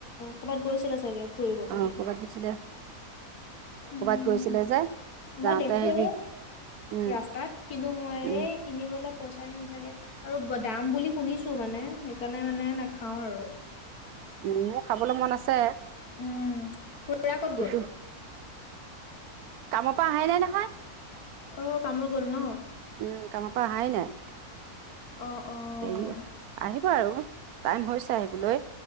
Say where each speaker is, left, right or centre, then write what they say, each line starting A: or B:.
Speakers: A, on the left; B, on the right.
A: ক'বাত গৈছিলা চাগে, ফুৰিবলে?
B: অ কৰবাত গৈছিলে।
A: উম,
B: কৰ'বাত গৈছিলে যে
A: মই
B: যাওঁতে
A: দেখো
B: হেৰি উম
A: ৰাস্তাত কিন্তু মই
B: উম
A: এই কিনিবলে পইচা হি নাথাকে আৰু দাম বুলি শুনিছো মানে সেইকাৰণে মানে নাখাও আৰু।
B: উম মোৰ খাবলৈ মন আছে
A: উম খুুৰা ক'ত
B: কিন্তু
A: গ'ল?
B: কামৰ পৰা আহাই নাই নহয়।
A: অ কামো গ'ল ন।
B: উম কামৰ পৰা অহাই নাই।
A: অ', অ',
B: দেৰি আহিব আৰু টাইম হৈছে আহিবলৈ।